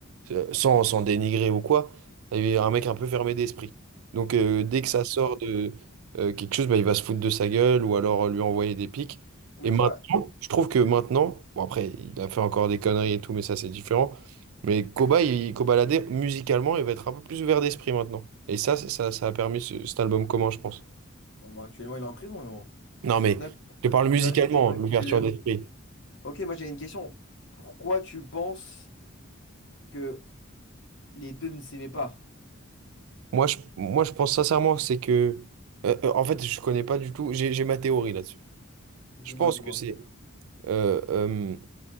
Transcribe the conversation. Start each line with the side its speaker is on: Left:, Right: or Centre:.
Right: euh, sans, sans dénigrer ou quoi, il est un mec un peu fermé d'esprit. Donc, euh, dès que
Left: ah,
Right: ça
Left: je suis
Right: sort
Left: d'accord.
Right: de euh, quelque chose, bah, il va se foutre de sa gueule ou alors euh, lui envoyer des pics.
Left: Mais
Right: Et maintenant,
Left: tu vois,
Right: je trouve que maintenant, bon après, il a fait encore des conneries et tout, mais ça c'est différent. Mais Koba, il, Koba musicalement, il va être un peu plus ouvert d'esprit maintenant. Et ça, c'est- ça, ça a permis ce- cet album commun, je pense.
Left: bon, bon, actuellement, il est en prison, mais bon.
Right: Non, mais
Left: Non,
Right: je parle musicalement,
Left: mais non, je sais, je vois
Right: l'ouverture
Left: ce que tu veux dire.
Right: d'esprit.
Left: Ok, moi, j'ai une question. Pourquoi tu penses que les deux ne s'aimaient pas?
Right: Moi je, moi, je pense sincèrement, que c'est que. euh, euh, en fait, je connais pas du tout. J'ai j'ai ma théorie là-dessus.
Left: Dis-moi,
Right: Je pense
Left: dis-moi.
Right: que c'est. euh, euh,